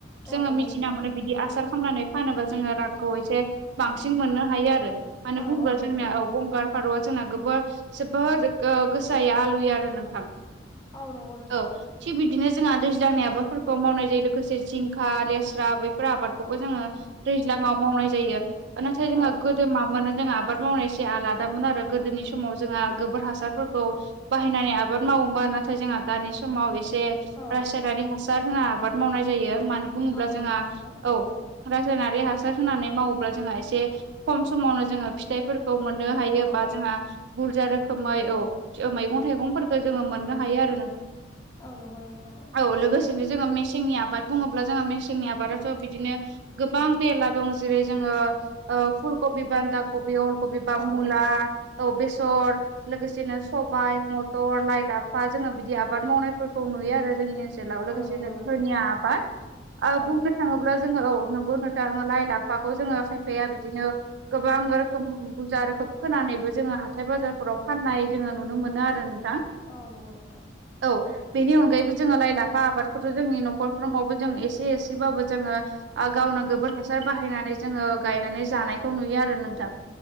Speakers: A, on the right (about 65°); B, on the left (about 20°).
A: जोङो
B: औ नंगौ
A: मिथिना
B: नोंथां
A: मोनो बिदि आसार खालामनानै। फानोबा जोङो रांखौ एसे बांसिन मोननो हायो आरो मानो
B: औ
A: बुङोबा
B: औ नंगौ
A: जोंनियाव गंगार फारौआव जोंना गोबोर जोबोद गोसायै आलुयो आरो नोंथां।
B: औ नोंगौ
A: औ थिग बिदिनो जोंहा दैज्लांनाय आबादफोरखौ मावनाय जायो लोगोसे जिंखा लेस्रा बैफोर आबादखौबो जोङो। दैज्लाङाव मावनाय जायो नाथाय जोंहा
B: औ
A: गो जों मा मोनो जों आबाद मावनायसे आलादामोन आरो गोदोनि समाव जोंहा गोबोर हासारफोरखौ। बायनानि आबाद मावोमोन। नाथाय जोंहा दानि समाव एसे
B: औ
A: रासायनारि हासार होना आबाद मावनाय जायो मानो। बुङोब्ला
B: औ नंगौ
A: जोंहा
B: नोंथां
A: औ। रासायनारि हासार होनानै मावोब्ला जोंहा एसे खम समावनो जोङो फिथाइ। मोननो हायो
B: औ
A: बा जोंहा बुरजा रोखोमै औ मैगं थाइगंफोरखौ जोङो मोननो। थायो
B: औ नंगौ नोंथां
A: औ लोगोसेनो जोङो मेसेंनि आबाद बुङोब्ला जोंहा मेसेंनि आबादाथ' बिदिनो गोबां मेरला। दं जेरै जोङो फुलकबि बान दा कबि अलकबि बा
B: औ
A: मुलाह औ बेसर लोगोसेनो सबाय मथर लाइ लाफ जोङो बिदि आबाद मावनायफोरखौ नुयो आरो जोंनि। लोगोसेनो
B: औ नंगौ नोंथां
A: धनिया आबाद
B: औ
A: बुंनो। थाङोब्ला जोङो औ नंगौ नोंथां लाइ लाफाखौ जोङो खायफाया बिदिनो। गोबां रोखोम बुरजा रोखोम फोनानैबो जोङो हाथाय बाजारफोराव फाननाय जोङो नुनो मोनो आरो। था
B: औ नंगौ नोंथां
A: औ बेनि अनगायैबो जोङो लाइ लाफा आबादखौथ' जोंनि न'खरफ्रावबो जों एसे एसेबाबो जोङो। गावनो गोबोर हासार बाहायनानै जोङो गायनानै जानायखौ नुयो आरो नोंथां